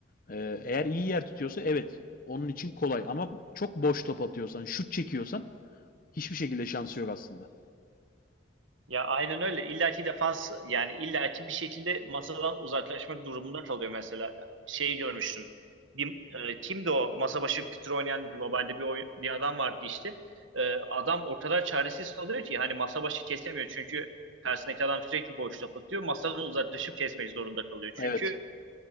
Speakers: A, on the left; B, on the right.
A: e, eğer iyi yer tutuyorsa evet onun için kolay. Ama çok boş top atıyorsan, şut çekiyorsan hiçbir şekilde şansı yok aslında.
B: Ya aynen öyle. İllaki defans yani illaki bir şekilde masadan uzaklaşmak durumunda kalıyor mesela. Şey görmüştüm. Bir, e, kimdi o masa başı pütür oynayan globalde bir, oy- bir adam vardı işte. E, adam o kadar çaresiz kalıyor ki hani masa başı kesemiyor çünkü karşısındaki adam sürekli boşluk atıyor. Masadan uzaklaşıp kesmek zorunda kalıyor. Çünkü
A: Evet.